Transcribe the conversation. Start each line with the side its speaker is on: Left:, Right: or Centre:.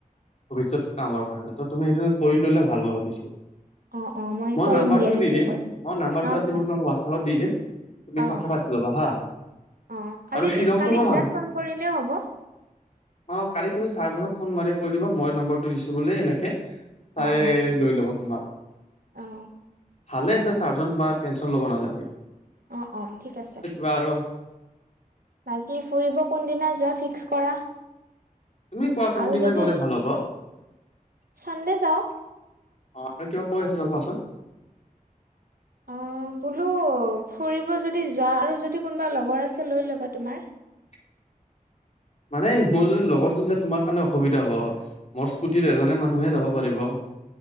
Left: ভৱিষ্যত কামৰ কাৰণে ত' তুমি সেইটো কৰি ল'লে ভাল মই ভাবিছো।
Right: অ অ
Left: মই
Right: কৰিম
Left: নাম্বাৰটো
Right: দিয়া সেইটোৱে
Left: দি দিম
Right: কৰিম
Left: মই নাম্বাৰটো
Right: অ
Left: আজি
Right: অ
Left: মই তোমাক হোৱাটছআপত দি দিম। তুমি
Right: অ
Left: কথা পাতি ল'বা হা।
Right: অ', কালি-
Left: আৰু শ্বিলংটো
Right: কালি
Left: মই
Right: দিনত
Left: ভাবি
Right: ফোন কৰিলেও হ'ব।
Left: অ', কালি তুমি ছাৰজনক ফোন মাৰি কৈ দিব মই নম্বৰটো দিছো বুলি এনেকে। চাৰে
Right: অ অ
Left: লৈ ল'ব তোমাক।
Right: অ
Left: ভালে আছে ছাৰ্জন তোমাৰ টেনশন ল'ব নালাগে।
Right: অ'- অ', ঠিক আছে।
Left: বাৰ।
Right: বাকী ফুৰিব কোনদিনা যোৱা ফিক্স কৰা।
Left: তুমি কোৱা কোনদিনা
Right: আৰু যদি
Left: গ'লে ভাল হ'ব
Right: চানডে যাওঁ।
Left: অ', আৰু কিবা কৈ আছিলা কোৱাচোন।
Right: অ বোলো ফুৰিব যদি যোৱা আৰু যদি কোনোবা লগৰ আছে লৈ ল'বা তোমাৰ।
Left: <inaudible> মানে মোৰ যদি লগৰজন তোমাৰ কাৰণে অসুবিধা হ'ব মোৰ স্কুটিত এজনে মানুহে যাব পাৰিব। <inaudible>